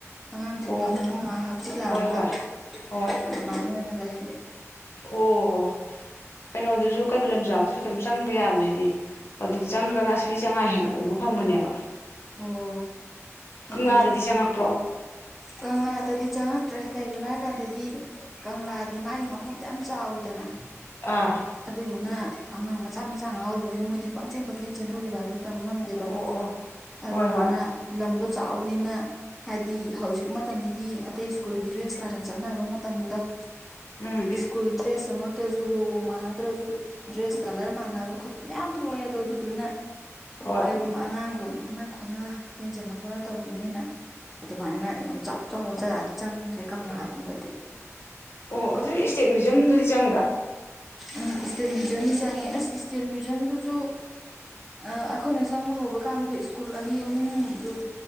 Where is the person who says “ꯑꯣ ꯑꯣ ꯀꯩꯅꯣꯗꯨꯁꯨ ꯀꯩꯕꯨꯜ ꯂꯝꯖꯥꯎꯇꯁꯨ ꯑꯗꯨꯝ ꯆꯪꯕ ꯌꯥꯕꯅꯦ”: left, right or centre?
Left